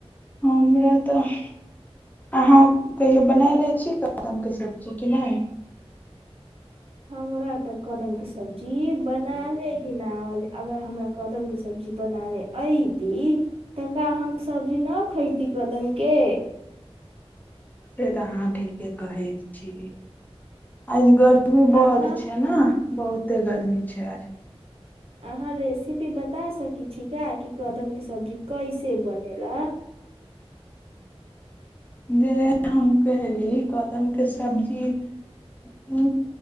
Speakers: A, on the left (about 15°); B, on the right (about 65°).
A: हमरा तऽ अहाँ कहियो बनालै छी कदमके सब्जी की नहि
B: हमरा तऽ कदमके सब्जी बनाबै ही न आवले अगर हमरा कदमके सब्जी बनाबै अयती तका हम सब्जी नहि खयती कदमके
A: से तऽ अहाँ ठीके कहै छी अजगर उ बड्ड
B: अहाँ
A: छैय न बहुते गर्मी छै आज
B: अहाँ रेसिपी बता सकै छिका कि कदमके सब्जी कैसे बनेला
A: जे हम कहली कदम के सब्जी उ